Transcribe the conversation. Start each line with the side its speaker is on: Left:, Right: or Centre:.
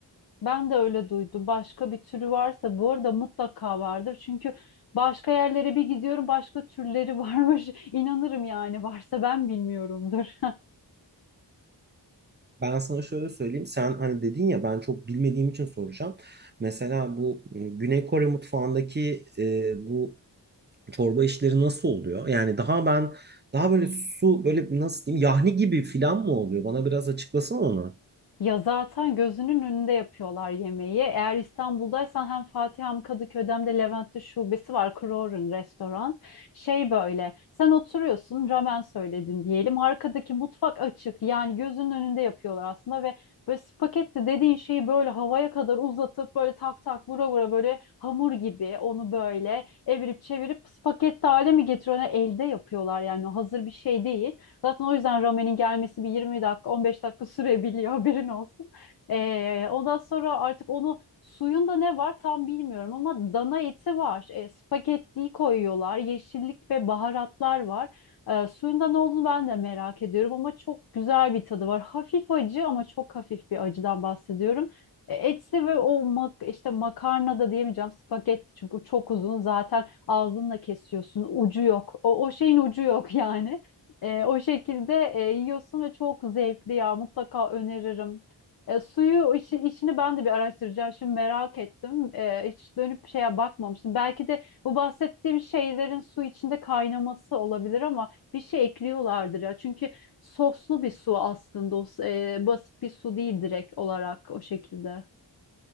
Left: Ben de öyle duydum. Başka bir türü varsa bu arada mutlaka vardır. Çünkü başka yerlere bir gidiyorum başka türleri varmış. <laughs> İnanırım yani varsa ben bilmiyorumdur. <laughs>
Right: Ben sana şöyle söyleyeyim. Sen hani dedin ya ben çok bilmediğim için soracağım. Mesela bu m, Güney Kore mutfağındaki e, bu çorba işleri nasıl oluyor? Yani daha ben daha böyle su böyle nasıl diyeyim yahni gibi filan mı oluyor? Bana biraz açıklasana onu.
Left: Ya zaten gözünün önünde yapıyorlar yemeği. Eğer İstanbul'daysan hem Fatih hem Kadıköy'de hem de Levent'te şubesi var. Kroger'ın restoran. Şey böyle sen oturuyorsun ramen söyledin diyelim. Arkadaki mutfak açık yani gözünün önünde yapıyorlar aslında ve böyle spagetti dediğin şeyi böyle havaya kadar uzatıp böyle tak tak vura vura böyle hamur gibi onu böyle evirip çevirip spagetti hale mi getiriyorlar? Elde yapıyorlar yani o hazır bir şey değil. Zaten o yüzden ramenin gelmesi bir 20 dakika 15 dakika sürebiliyor <laughs> haberin olsun. Ee, ondan sonra artık onu suyunda ne var tam bilmiyorum ama dana eti var. Ee, spagettiyi koyuyorlar. Yeşillik ve baharatlar var. Ee, suyunda ne olduğunu ben de merak ediyorum ama çok güzel bir tadı var. Hafif acı ama çok hafif bir acıdan bahsediyorum. E, Etli ve o mak işte makarna da diyemeyeceğim spagetti çünkü çok uzun zaten ağzınla kesiyorsun ucu yok o, o şeyin ucu yok <laughs> yani e, o şekilde e, yiyorsun ve çok zevkli ya mutlaka öneririm. E, suyu işi, işini ben de bir araştıracağım. Şimdi merak ettim. E, hiç dönüp şeye bakmamıştım. Belki de bu bahsettiğim şeylerin su içinde kaynaması olabilir ama bir şey ekliyorlardır ya. Çünkü soslu bir su aslında. O, e, basit bir su değil direkt olarak o şekilde.